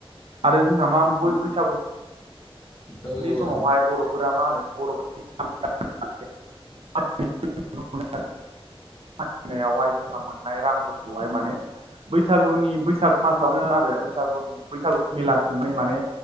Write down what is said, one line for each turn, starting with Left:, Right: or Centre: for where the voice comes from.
Right: आरो जोंहा मा बै-बैसागु
Left: औ औ
Right: नि
Left: औ
Right: समावहाय
Left: औ
Right: बर'फोरा मा होनो बर'फोर <unintelligible> <unintelligible> जोंहा मोननाय रांफोरखौहाय माने बैसागुनि बैसाग मासावनो आरो बैसागुनि बैसागु मेला खुंनाय माने